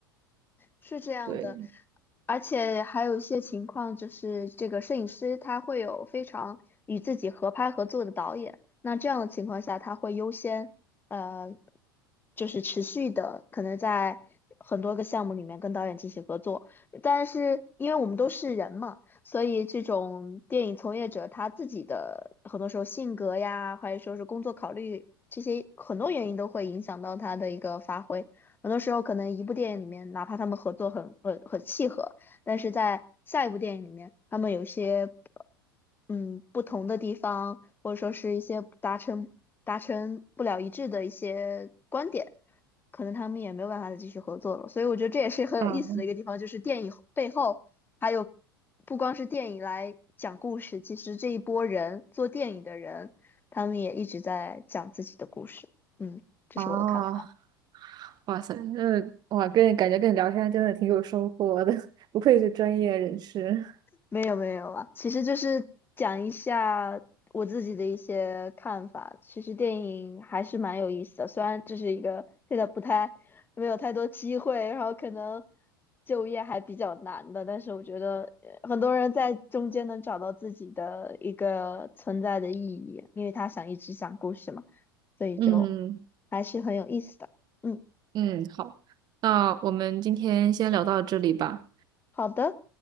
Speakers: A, on the left (about 15°); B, on the right (about 35°).
A: 是这样的。
B: 对。
A: 而且还有一些情况，就是这个摄影师他会有非常与自己合拍合作的导演，那这样的情况下，他会优先，呃，就是持续的可能在很多个项目里面跟导演进行合作。但是因为我们都是人嘛，所以这种电影从业者他自己的很多时候性格呀，或者说是工作考虑这些很多原因都会影响到他的一个发挥。很多时候可能一部电影里面，哪怕他们合作很很很契合。但是在下一部电影里面，他们有一些嗯不同的地方，或者说是一些达成达成不了一致的一些观点，可能他们也没有办法再继续合作了。所以我觉得这也是很有意思的一个地方，
B: 啊
A: 就是电影背后还有不光是电影来讲故事，其实这一波人做电影的人，他们也一直在讲自己的故事。嗯，这是我的看法。
B: 啊，哇塞，这哇，跟你感觉跟你聊天真的挺有收获的，<laughs> 不愧是专业人士。
A: 没有没有啊，其实就是讲一下我自己的一些看法。其实电影还是蛮有意思的，虽然这是一个现在不太没有太多机会，然后可能就业还比较难的，但是我觉得呃很多人在中间能找到自己的一个存在的意义，因为他想一直讲故事嘛，所以就
B: 嗯
A: 还是很有意思的。嗯，
B: 嗯，好，那我们今天先聊到这里吧。
A: 好的。